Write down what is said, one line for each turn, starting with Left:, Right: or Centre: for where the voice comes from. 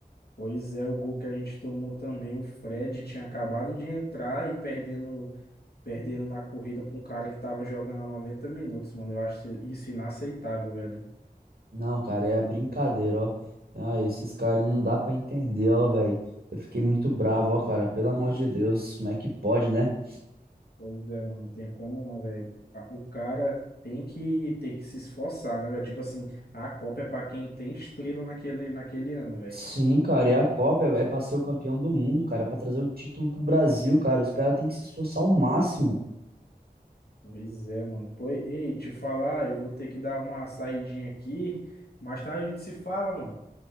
Left: pois é, o gol que a gente tomou também, o Fred tinha acabado de entrar e perdendo, perdendo na corrida pra um cara que tava jogando há 90 minutos, mano. Eu acho isso inaceitável, velho.
Right: Não, cara, é a brincadeira, ó. Ah, esses caras não dá pra entender, ó, velho. Eu fiquei muito bravo, ó, cara. Pelo amor de Deus, como é que pode, né?
Left: Pois é, mano, não tem como não, velho. A- O cara tem que, tem que se esforçar, né, velho? Tipo assim, a Copa é pra quem tem estrela naquele, naquele ano, velho.
Right: Sim, cara, e a Copa é é pra ser o campeão do mundo, cara, É pra trazer o título pro Brasil, cara. Os caras têm que se esforçar ao máximo.
Left: Pois é, mano. Pois, ei, te falar, eu vou ter que dar uma saidinha aqui. Mais tarde a gente se fala, mano.